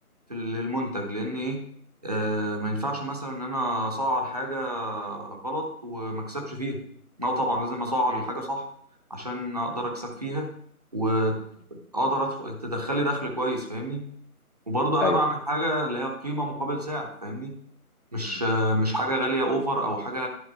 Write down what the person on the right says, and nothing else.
في ال- المنتج لان ايه آه ما ينفعش مثلا ان انا اسعر حاجة غلط وما اكسبش فيها لا طبعا لازم اسعر
الحاجة صح عشان اقدر اكسب فيها واقدر
أدخل تدخلي دخل كويس فاهمني وبرضو انا
بعمل حاجة اللي هي قيمة مقابل سعر فاهمني مش
مش حاجة غالية اوفر او حاجة